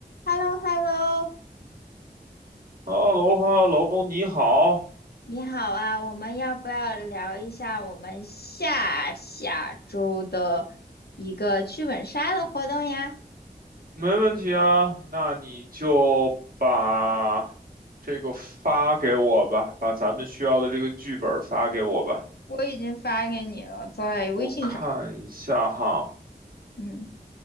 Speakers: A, on the left; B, on the right.
A: h e l l o h e l l o
B: h e l l o h e l l o 你好，
A: 你好啊，我们要不要聊一下我们下下周的一个剧本杀的活动呀？
B: 没问题啊。那你就把这个发给我吧，把咱们需要的这个剧本儿发给我吧。
A: 我已经发给你了，在微信上。
B: 我看一下哈，
A: 嗯，